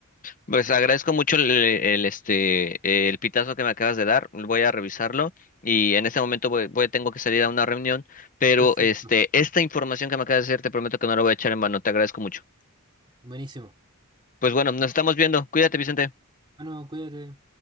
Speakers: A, on the left; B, on the right.
A: Pues agradezco mucho el, el, este el pitazo que me acabas de dar. Voy a revisarlo y en este momento voy, voy- tengo que salir a una reunión, pero
B: Perfecto,
A: este esta información que me acabas de decir te prometo que no la voy a echar en vano. Te agradezco mucho.
B: buenísimo.
A: Pues bueno, nos estamos viendo. Cuídate, Vicente.
B: Bueno, cuídate.